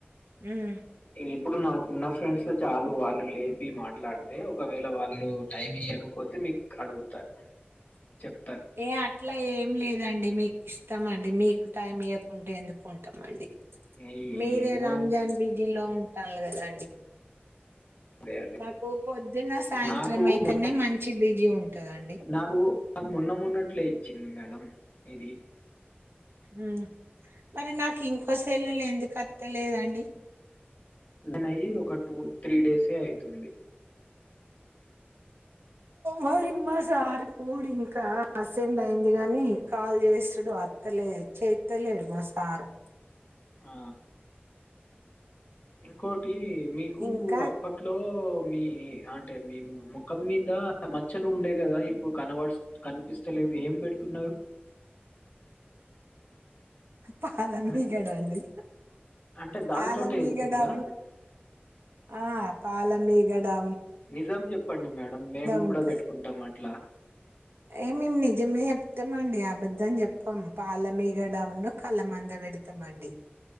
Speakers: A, on the right; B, on the left.
A: హ్మ్.
B: ఇప్పుడు నా కు ఉన్న ఫ్రెండ్స్ ఎ చాలు వాళ్ళు లేపి మాట్లాడితే ఒకవేళ వాళ్ళు టైం ఇయకపోతే మీకు అడుగుతా చెప్
A: ఏ అట్లా ఏం లేదు దండి మీకు ఇస్తామండి మీకు టైం ఇయ్యకుంటే ఎందుకు ఉంటాం అండి
B: ఏమో
A: మీరే రాంజాన్ బీజి లో ఉంటన్లు కదాండి
B: అదే అదే
A: నాకు పొద్దున్న సాయంత్రం
B: నాకు
A: అయితేనే
B: మొ-
A: మం చి బిజీ ఉంటదండి.
B: నాకు నాకు మొన్న మొన్నట్లే ఇచ్చింది మేడం ఇది
A: ఉమ్ మరి నాకు ఇంకో సెల్లులు ఎందుకత్ తలేదండి
B: నేనయి ఒక టూ త్రీ డేసే అయితుంది
A: మరిమ్మా సారు కూడా ఇంకా అసెండ్ అయింది గాని కాల్ చేస్తాడు అత్తలే చేత్తలేడు మా సారు
B: ఆ ఇంకో మీకు
A: ఇంకా
B: అప్పట్లో మీ అంటే మీ ముఖం మీద మచ్చలు ఉండే కదా ఇప్పుడు కనబడు కనిపిస్తలేవు ఏం పెడుతున్నారు
A: పాలమగడ
B: ఆ?
A: అండి
B: అంటే దాంతోటే
A: పాలమగడ
B: వెళ్తుందా
A: ఉ ఆ పాల మిగడా
B: నిజం చెప్పండి మేడం మేము
A: ఉంటది.
B: కూడా పెట్టుకుంటాం అట్లా
A: ఏ మేము నిజమే చెప్తామండి అబద్దం చెప్పాం పాల మీగడా ఉన్న కళ్ళ మంద పెడతామండి